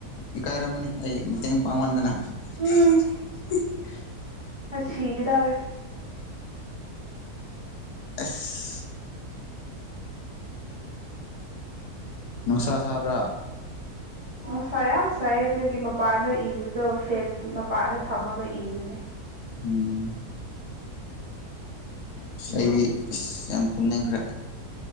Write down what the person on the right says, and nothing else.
ꯎꯝ ꯁꯤꯒꯗꯧꯑ‌ꯦ
ꯅꯨꯡꯁꯥ ꯌꯥꯝ ꯆꯥꯏ ꯑꯗꯨꯒꯤ ꯃꯄꯥꯟꯗ ꯏꯕꯗꯣ ꯐꯦꯟ ꯃꯄꯥꯟꯗ ꯊꯝꯃꯒ ꯏꯕꯅꯦ